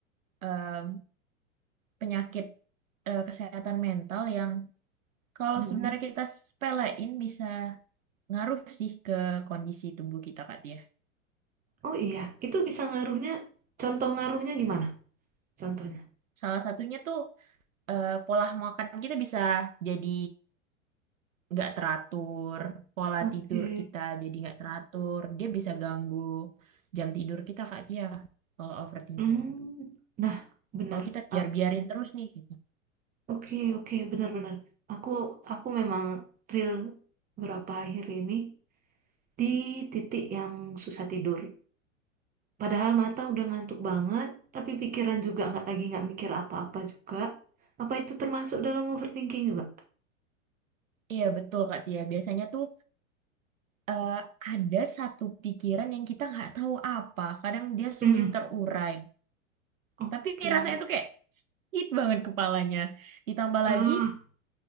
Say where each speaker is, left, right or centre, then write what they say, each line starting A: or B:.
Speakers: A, on the right (about 75°); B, on the right (about 20°).
A: em, penyakit eh, kesehatan mental yang kalau
B: Mhm.
A: sebenarnya kita sepelein bisa ngaruh sih ke kondisi tubuh kita Kak Tia.
B: Oh iya, itu bisa ngaruhnya. Contoh ngaruhnya gimana? Contohnya.
A: Salah satunya tuh eh, pola makan kita bisa jadi nggak teratur, pola
B: Oke.
A: tidur kita jadi nggak teratur, dia bisa ganggu jam tidur kita Kak Tia kalau overthinking.
B: Hmm, nah, benar.
A: Kalau kita
B: Ah,
A: biar-biarin terus nih. gitu.
B: Oke, oke, benar-benar. Aku, aku memang real beberapa akhir ini di titik yang susah tidur. Padahal mata udah ngantuk banget, tapi pikiran juga nggak lagi nggak mikir apa-apa juga. Apa itu termasuk dalam overthinking juga?
A: Iya betul Kak Tia, biasanya tuh eh, ada satu pikiran yang kita nggak tahu apa, kadang dia
B: Hmm,
A: sulit terurai.
B: oke.
A: Tapi rasanya tuh kayak sakit banget kepalanya. Ditambah
B: Ah,
A: lagi